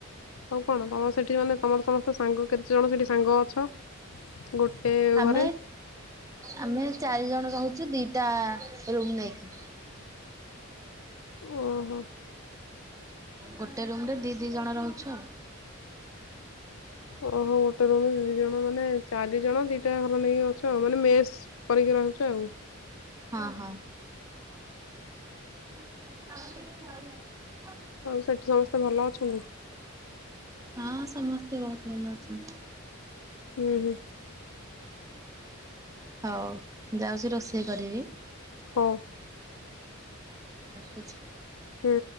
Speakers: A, on the left; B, on the right.
A: ଆଉ କଣ ତମ ସେଠି ମାନେ ତମର ସମସ୍ତ ସାଙ୍ଗ କେତେ ଜଣ ସେଠି ସାଙ୍ଗ ଅଛି ଗୋଟେ
B: ଆମେ
A: ଘରେ
B: ଆମେ ଚାରି ଜଣ ରହୁଛୁ ଦିଟା ରୁମ୍ ନାଇକି
A: ଓହୋ।
B: ଗୋଟେ ରୁମ ରେ ଦି ଦି ଜଣ ରହୁଛ
A: ଓହୋ ଗୋଟେ ରୁମ ଦି ଜଣ ମାନେ ଚାରି ଜଣ ଦିଟା ଘର ନେଇକି ଅଛ ଆଉ ମାନେ ମେସ୍ କରିକି ରହୁଛ ଆଉ।
B: ଆହ ହ ଆମ
A: ଆଉ ସେଠି ସମସ୍ତେ ଭଲ ଅଛନ୍ତି।
B: ହଁ ସମସ୍ତେ ବହୁତ ଭଲ ଅଛନ୍ତି
A: ହୁଁ ହୁଁ।
B: ହଉ ଯାଉଛି ରୋଷେଇ କରିବି
A: ହଁ
B: ରଖୁଛି
A: ହୁଁ